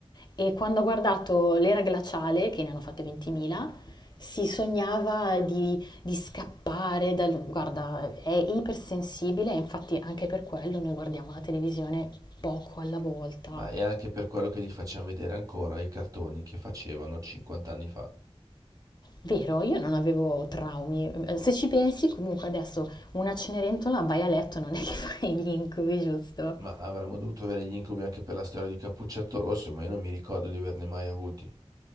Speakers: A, on the left; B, on the right.
A: e quando ha guardato l'era glaciale, che ne hanno fatte 20.000, si sognava di, di scappare dal... Guarda, è ipersensibile e infatti anche per quello noi guardiamo la televisione poco alla volta.
B: Ma è anche per quello che gli facciamo vedere ancora i cartoni che facevano 50 anni fa.
A: Vero, io non avevo traumi. Eh, Se ci pensi, comunque adesso una Cenerentola vai a letto, non è che <laughs> fai gli incubi, giusto?
B: Ma avremmo dovuto avere gli incubi anche per la storia di Cappuccetto Rosso, ma io non mi ricordo di averne mai avuti.